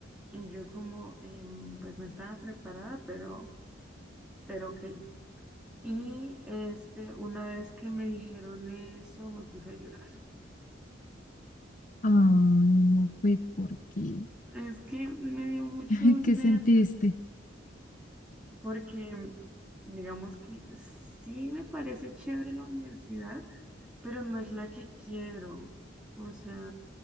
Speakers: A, in the centre; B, on the left.
A: y yo como, em, pues no estaba preparada, pero, pero ok. Y este, una vez que me dijeron eso, me puse a llorar.
B: no fue porque.
A: Es que me dio muchos
B: <laughs> ¿Qué
A: nervios,
B: sentiste?
A: porque digamos que sí me parece chévere la universidad, pero no es la que quiero. O sea,